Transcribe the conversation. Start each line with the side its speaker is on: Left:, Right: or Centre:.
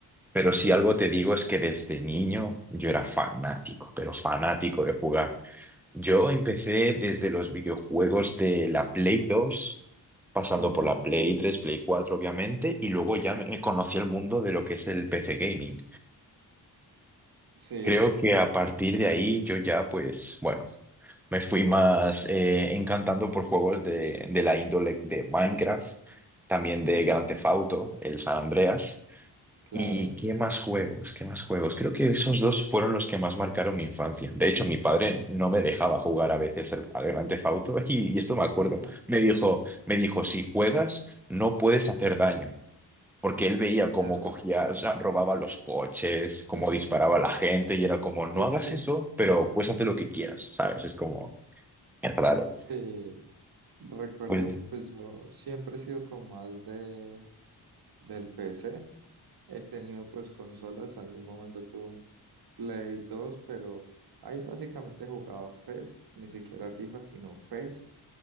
Centre: Pero si algo
Right: Ok.
Centre: te digo es que desde niño yo era fanático, pero fanático de jugar. Yo empecé desde los videojuegos de la Play dos pasando
Right: Ajá.
Centre: por la Play tres Play 4 obviamente, y luego ya me me conocí el mundo de lo que es el PC gaming.
Right: Sí.
Centre: Creo que a partir de ahí yo ya, pues, bueno, me fui más eh, encantando por juegos de, de la índole de Minecraft, también de
Right: Ajá.
Centre: Grand Theft Auto, el San Andreas.
Right: Claro.
Centre: ¿Y qué más juegos? ¿Qué más juegos? Creo que esos dos fueron los que más marcaron mi infancia. De hecho, mi padre no me dejaba jugar a veces al, al Grand Theft Auto <laughs> y, y esto
Right: <laughs>
Centre: me acuerdo. Me dijo, me dijo, si juegas, no puedes hacer daño. Porque él veía
Right: Claro.
Centre: cómo cogía, o sea, robaba los coches,
Right: <laughs>
Centre: cómo disparaba a la gente y era como,
Right: Sí,
Centre: no hagas
Right: sí.
Centre: eso, pero puedes hacer lo que quieras, ¿sabes? Es como, es raro.
Right: Sí. Recuerdo,
Centre: Pues,
Right: pues yo siempre he sido con más de del PC. He tenido pues consolas, algún momento tuve un Play dos, pero ahí básicamente jugaba PES, ni siquiera FIFA, sino PES.